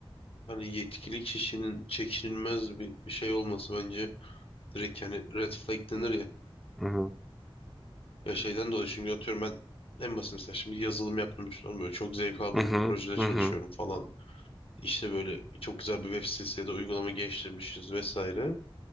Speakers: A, on the left; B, in the centre.
A: hani yetkili kişinin çekinilmez bir, bir şey olması bence direkt yani red flag denir ya.
B: Hı hı.
A: Ya şeyden dolayı çünkü atıyorum ben en basit mesela şimdi yazılım yaptım düşünüyorum böyle çok zevk aldığım
B: Hı hı.
A: bir projede
B: Hı
A: çalışıyorum
B: hı.
A: falan. İşte böyle çok güzel bir web sitesi ya da uygulama geliştirmişiz vesaire.